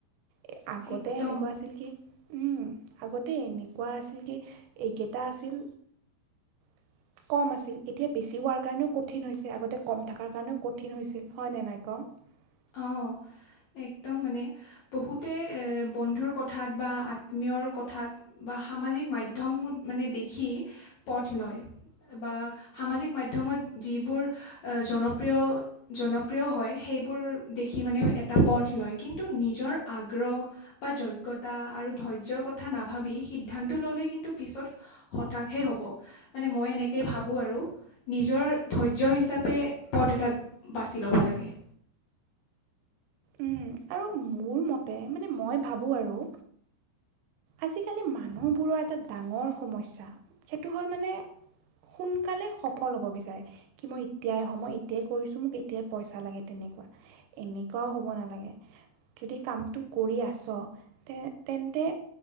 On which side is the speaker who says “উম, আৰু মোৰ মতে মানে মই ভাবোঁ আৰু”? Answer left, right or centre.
Right